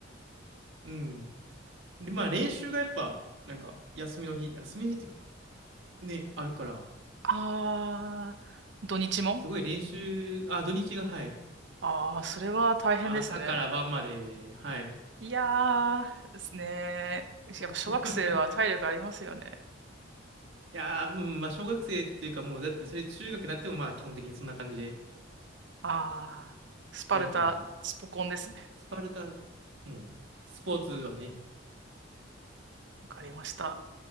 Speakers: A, on the right; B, on the right.
A: うん。で、まあ、練習がやっぱ、なんか、休みの日、休みの日っていうか、ね、あるから、
B: あー、土日も
A: すごい練習、あ、土日が、はい。
B: ああー、それは大変ですね。
A: まあ朝から晩まで、はい。
B: いやー、ですね。やっぱ小学生は体力ありますよね。
A: <laughs> いやー、うん、まあ、小学生っていうか、もう、だって、それ中学になっても、まあ、基本的にそんな感じで
B: あー、スパルタ、
A: やるから、
B: スポコンですね。
A: スパルタ、もう、スポーツはね、
B: わかりました。